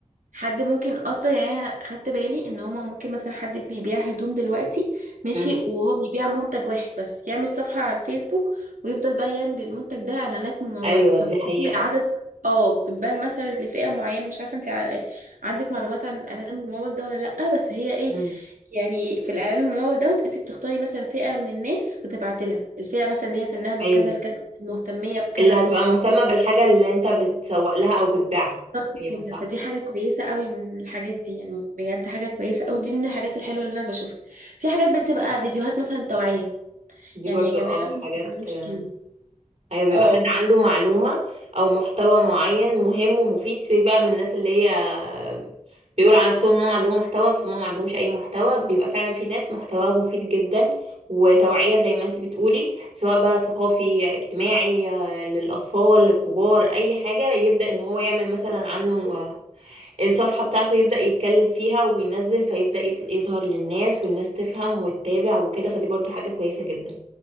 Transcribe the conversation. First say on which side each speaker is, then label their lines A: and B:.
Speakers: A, on the right; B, on the right.
A: حد ممكن اصلا يعني أنا خدت بالي ان هما ممكن مثلا حد بيبيع هدوم دلوقتي ماشي
B: مم.
A: وهو بيبيع منتج واحد بس يعمل صفحة على الفيسبوك ويفضل بقى يعمل المنتج ده اعلانات ممولة
B: ايوه
A: فبتبان
B: دي حقيقة
A: عدد اه بتبان مثلا لفئة معينة مش عارفة انت ع- عندك معلومات عن الاعلان الممول ده ولا لأ بس هي ايه
B: مم.
A: يعني في الاعلان الممول دوت انت بتختاري مثلا فئة من الناس وتبعتي لها الفئة مثلا اللي هي سنها من
B: ايوه
A: كذا لكذا المهتمية بكذا
B: اللي هتبقى مهتمة بالحاجة اللي انت بتسوق لها او بتبيعها
A: بالظبط
B: ايوه
A: كده
B: صح
A: فدي حاجة كويسة قوي من الحاجات دي يعني بجد حاجة كويسة قوي دي من الحاجات الحلوة اللي انا بشوفها في حاجات بتبقى فيديوهات مثلا توعية
B: دي
A: يعني
B: برضو
A: يا جماعة
B: اه
A: ما
B: حاجات
A: تعملوش
B: آه،
A: كده
B: ايوه بيبقى
A: اه
B: حد عنده معلومة او محتوى معين مهم ومفيد سيبك بقى من الناس اللي هي آه، بيقولوا على نفسهم انهم عندهم محتوى بس هم ما عندهمش اي محتوى بيبقى فعلا في ناس محتوى مفيد جدا وتوعية زي ما انتي بتقولي سواء بقى ثقافي اجتماعي آه، للاطفال للكبار اي حاجة يبدأ ان هو يعمل مثلا عنه آه، الصفحة بتاعته يبدأ يتكلم فيها وينزل فيبدأ يطل- يظهر للناس والناس تفهم وتتابع وكده فدي برضو حاجة كويسة جدا